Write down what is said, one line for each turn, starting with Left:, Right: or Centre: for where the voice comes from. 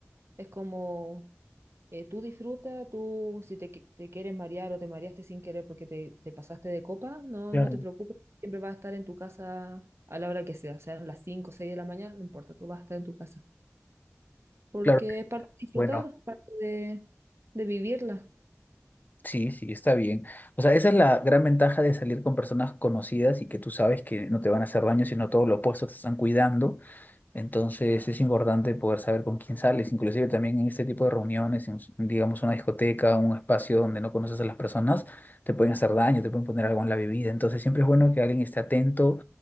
Right: es como, eh, tú disfruta, tú si te, qui- te quieres marear o te mareaste sin querer porque te, te pasaste de copa, no,
Left: claro,
Right: no te preocupes, siempre vas a estar en tu casa a la hora que sea, sean las 5 o 6 de la mañana, no importa, tú vas a estar en tu casa. Porque
Left: claro.
Right: es parte de disfrutar,
Left: Bueno,
Right: parte de de vivirla.
Left: sí, sí, está bien. O sea, esa es la gran ventaja de salir con personas conocidas y que tú sabes que no te van a hacer daño, sino todo lo opuesto, te están cuidando. Entonces es importante poder saber con quién sales, inclusive también en este tipo de reuniones, en, s- digamos una discoteca, un espacio donde no conoces a las personas, te pueden hacer daño, te pueden poner algo en la bebida. Entonces siempre es bueno que alguien esté atento